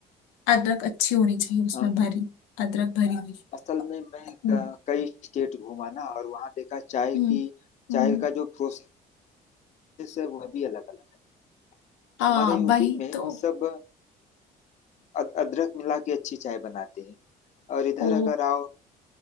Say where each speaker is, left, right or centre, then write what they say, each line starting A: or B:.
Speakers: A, on the left (about 80°); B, on the left (about 40°).
A: अदरक अच्छी होनी चाहिए उसमें
B: हाँ, तो
A: भरी अदरक भरी हुई
B: असल में मैं
A: हम्म
B: क- कई स्टेट घूमा ना और वहाँ देखा चाय
A: हम्म
B: की
A: हम्म।
B: चाय का जो प्रोसेस है वह भी अलग अलग है
A: हाँ
B: हमारे यूपी
A: वही
B: में
A: तो
B: सब अद- अदरक मिला के अच्छी चाय बनाते हैं और इधर
A: ओ
B: अगर आओ